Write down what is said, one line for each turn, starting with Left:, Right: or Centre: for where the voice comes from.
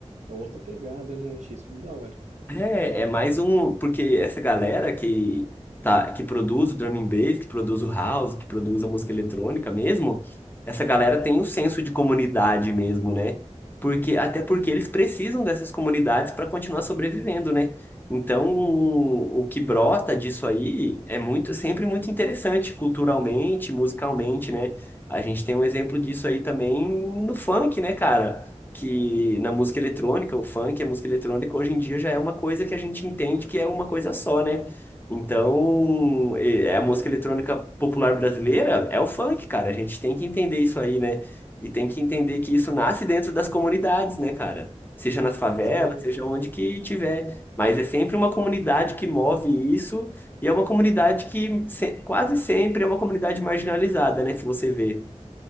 Right: É outra pegada, né? Achei isso muito da hora.
Left: É, é mais um, porque essa galera que tá, que produz o drum and bass, que produz o house, que produz a música eletrônica mesmo, essa galera tem um senso de comunidade mesmo, né? Porque até porque eles precisam dessas comunidades para continuar sobrevivendo, né? Então, o, o que brota disso aí é muito, sempre muito interessante culturalmente, musicalmente, né? A gente tem um exemplo disso aí também no funk, né, cara? que na música eletrônica, o funk, a música eletrônica, hoje em dia já é uma coisa que a gente entende que é uma coisa só, né? Então, e- é a música eletrônica popular brasileira é o funk, cara. A gente tem que entender isso aí, né? E tem que entender que isso nasce dentro das comunidades, né, cara? Seja nas favelas,
Right: Exato.
Left: seja onde que tiver. Mas é sempre uma comunidade que move isso, e é uma comunidade que se- quase sempre é uma comunidade marginalizada, né? Se você vê.